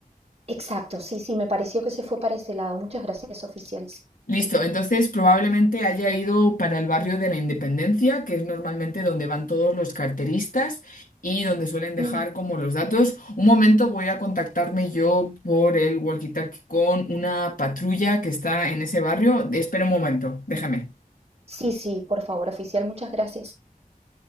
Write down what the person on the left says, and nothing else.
Listo, entonces probablemente haya ido para el barrio de la Independencia, que es normalmente donde van todos los carteristas y donde suelen dejar
como los datos. Un momento voy a contactarme yo por el walkie-talkie con una patrulla que está en ese barrio. Espera un momento, déjame.